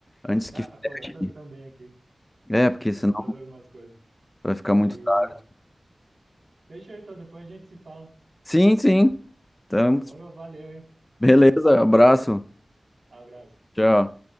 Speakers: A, on the left; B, on the right.
A: antes que.
B: Ah,
A: fique.
B: pô, eu tô também aqui.
A: É, porque
B: Preciso
A: senão
B: fazer algumas coisas.
A: vai ficar muito
B: E
A: tarde.
B: fechou então, depois a gente se fala.
A: Sim, sim. Então,
B: Demorou, valeu, hein?
A: beleza, abraço.
B: Abraço.
A: Tchau.